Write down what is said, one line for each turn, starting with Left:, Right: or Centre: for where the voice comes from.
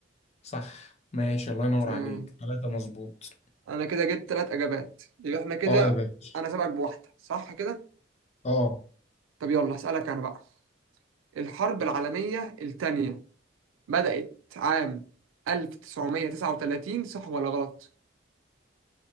Left: صح ماشي الله ينور
Right: آه
Left: عليك ثلاثة مظبوط
Right: انا كده جبت تلات اجابات يبقى احنا كده
Left: اه يا باشا
Right: انا سابقك بواحدة صح كده
Left: اه
Right: طب يلا هسألك انا بقى الحرب العالمية التانية بدأت عام 1939 صح ولا غلط